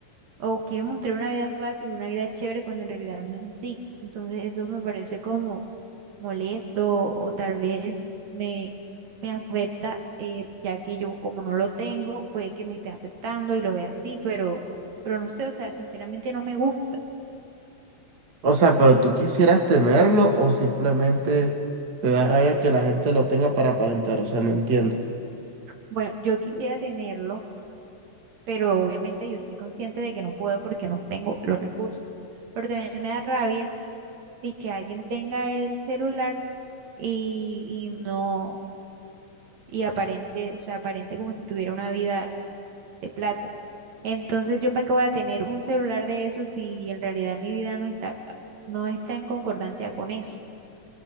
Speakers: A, on the right (about 70°); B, on the right (about 45°).
A: o quieren mostrar una vida fácil, una vida chévere cuando en realidad no es así. Entonces eso me parece como molesto o tal vez me, me afecta, eh, ya que yo como no lo tengo, puede que me esté afectando y lo vea así, pero, pero no sé, o sea, sinceramente no me gusta.
B: O sea, pero tú quisieras tenerlo o simplemente te da rabia que la gente lo tenga para aparentar. O sea, no entiendo.
A: Bueno, yo quisiera tenerlo, pero obviamente yo estoy consciente de que no puedo porque no tengo los recursos. Pero también me da rabia de que alguien tenga el celular y, y no, y aparente, o sea, aparente como si tuviera una vida de plata. Entonces, ¿yo para qué voy a tener un celular de eso si en realidad mi vida no está, no está en concordancia con eso?